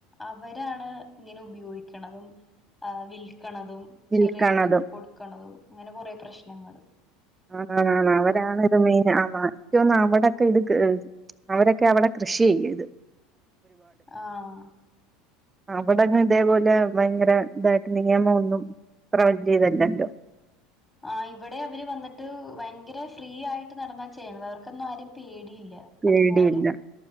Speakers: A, on the left (about 20°); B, on the right (about 20°).
A: അവരാണ് ഇങ്ങനെ ഉപയോഗിക്ക വിൽക്കണതും
B: വിൽക്കണതും
A: ചെറിയ കുട്ടികൾക്ക് കൊടുക്കുന്നതും അങ്ങനെ കുറെേ പ്രശ്ന പ്രശ്നങ്ങൾ
B: ആണ് ആണ് ആണ് അവരാണ്ത് മീൻ ആന്ന് അവിടെക്കെ ഇടു അവരൊക്കെ അവിടെ കൃഷി ചെയ്യ ഇത്
A: ആഹ്
B: അവിടെ ഇതേപോലെ ഭയങ്കര ഇതായിട്ട് നിയമംന്നും പ്രവർത്തിതല്ലണ്ടോ
A: ആ ഇവിടെ അവര് വന്നിട്ട് ഭയങ്കര ഫ്രീ ആയിട്ട് നടന്നാ ചെയ്യത് അവർക്കൊന്നും ആരും പേടിയില്ല
B: പേടിയില്ല.
A: അതുപോലെ